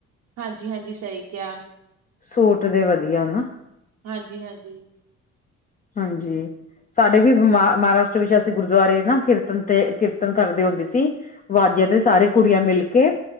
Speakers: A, on the right; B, on the left.
A: ਹਾਂਜੀ-ਹਾਂਜੀ ਸਹੀ ਕਿਹਾ।
B: ਸੂਟ ਦੇ ਵਧੀਆ ਨਾ।
A: ਹਾਂਜੀ-ਹਾਂਜੀ।
B: ਹਾਂਜੀ ਸਾਡੇ ਵੀ ਮ ਮਹਾਰਾਸ਼ਟਰ ਵਿੱਚ ਅਸੀ ਗੁਰੂਦੁਆਰੇ ਨਾ ਕੀਰਤਨ ਤੇ ਕੀਰਤਨ ਕਰਦੇ ਹੁੰਦੀ ਸੀ ਵਾਜ਼ੇ ਤੇ ਸਾਰੇ ਕੁੜੀਆਂ ਮਿਲ ਕੇ